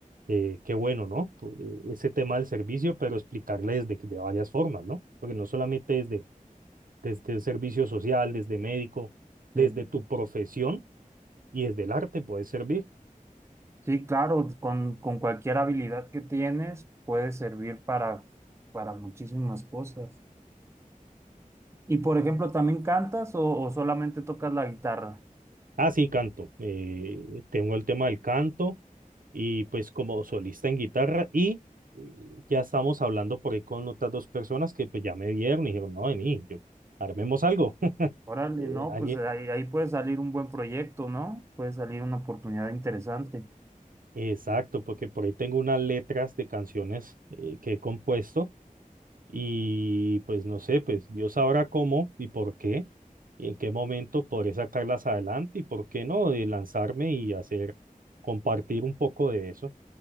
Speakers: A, on the right; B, on the right.
A: eh, qué bueno, ¿no? Pu- eh, Ese tema del servicio, pero explicarle desde, que- de varias formas, ¿no? Porque no solamente desde, desde el servicio social, desde médico, desde
B: Sí.
A: tu profesión y desde el arte puedes servir.
B: Sí, claro, con, con cualquier habilidad que tienes puede servir para, para muchísimas cosas. Y por ejemplo, ¿también cantas o, o solamente tocas la guitarra?
A: Ah, sí, canto. eh, tengo el tema del canto y pues como solista en guitarra y... eh, Ya estamos hablando por ahí con otras dos personas que pues ya me vieron y dijeron, no, vení, yo, armemos algo. <laughs>
B: Órale,
A: Eh,
B: no,
A: alguien,
B: pues ahí, ahí puede salir un buen proyecto, ¿no? Puede salir una oportunidad interesante.
A: Exacto, porque por ahí tengo unas letras de canciones eh, que he compuesto y pues no sé, pues Dios sabrá cómo y por qué y en qué momento podré sacarlas adelante y por qué no, de lanzarme y hacer, compartir un poco de eso